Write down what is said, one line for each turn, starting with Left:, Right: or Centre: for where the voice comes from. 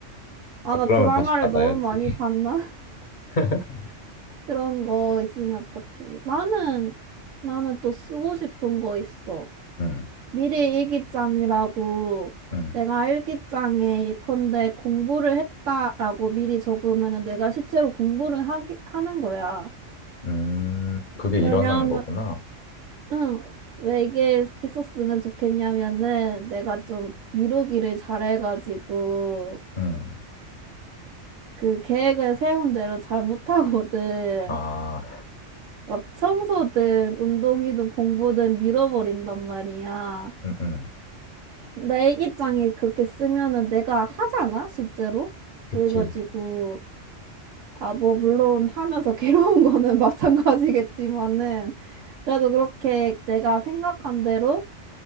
Right: 아,
Left: 아,
Right: 나
Left: 그러면
Right: 드라마를
Left: 다시 닫아야지.
Right: 너무 많이 봤나?
Left: <laughs>
Right: 그런 거 있으면 어떡해. 나는, 나는 또 쓰고 싶은 거 있어.
Left: 응
Right: 미래 일기장이라고
Left: 응
Right: 내가 일기장에 예컨대 공부를 했다라고 미리 적으면은 내가 실제로 공부를 하기, 하는 거야.
Left: 음, 그게
Right: 왜냐하면,
Left: 일어나는 거구나.
Right: 응, 왜 이게 있었으면 좋겠냐면은 내가 좀 미루기를 잘해가지고
Left: 응
Right: 그 계획을 세운 대로 잘 못하거든.
Left: 아,
Right: 막 청소든 운동이든 공부든 밀어버린단 말이야.
Left: 응응
Right: 내 일기장에 그렇게 쓰면은 내가 하잖아, 실제로?
Left: 그치.
Right: 그래가지고, 아, 뭐, 물론 하면서 <laughs> 괴로운 거는 마찬가지겠지만은, 그래도 그렇게 내가 생각한 대로